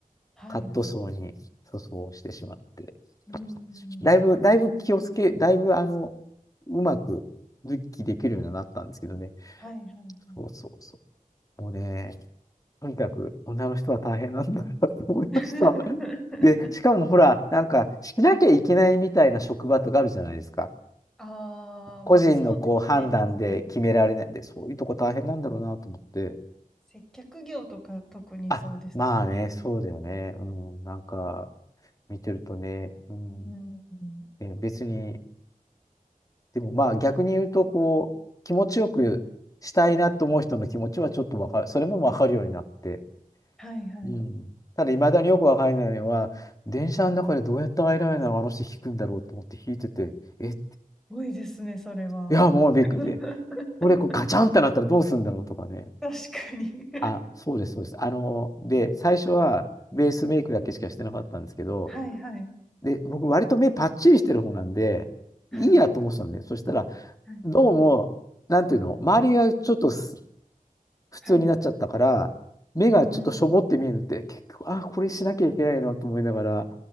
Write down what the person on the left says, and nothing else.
カットソーに塗装してしまって、
だいぶ、だいぶ気をつけ、だいぶ、あの、うまく、復帰できるようになったんですけどね。
そうそうそう。もうね、とにかく、女の人は大変なんだなと思いました。
で、しかもほら、なんか、しなきゃいけないみたいな職場とかあるじゃないですか。
個人のこう判断で決められないんで、
そういうとこ大変なんだろうなと思って。
あ、まあね、そうだよね。うん、なんか、見てるとね、うん、
ね別に、でもまあ逆に言うと、こう、気持ちよくしたいなと思う人の気持ちはちょっとわかる、それもわかるようになって。
うん。
ただ、未だによくわからないのは、電車の中でどうやってアイライナーをあの人引くんだろうと思って引いてて、え、
いや、もうびっくりで、
これこうガチャンってなったらどうするんだろうとかね。
あ、そうです、そうです。あの、で、最初はベースメイクだけしかしてなかったんですけど、
で、僕割と目パッチリしてる方なんで、
いいやと思ってたのね。そしたら、
どうも、なんていうの、周りがちょっとす普通になっちゃったから、
目がちょっとしょぼって見えるって、
結局、あ、これしなきゃいけないのと思いながら、